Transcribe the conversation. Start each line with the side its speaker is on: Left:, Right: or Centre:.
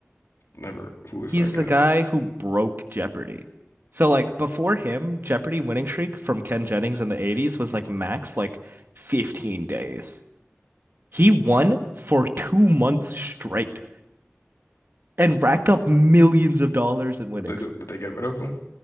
Left: Never. Who was
Right: He's
Left: that
Right: the
Left: guy?
Right: guy who broke Jeopardy. So like before him, Jeopardy winning streak from Ken Jennings in the 80s was like max like 15 days. He won for two months straight and
Left: Did
Right: racked up millions of dollars in winnings.
Left: they, did they did they get rid of him?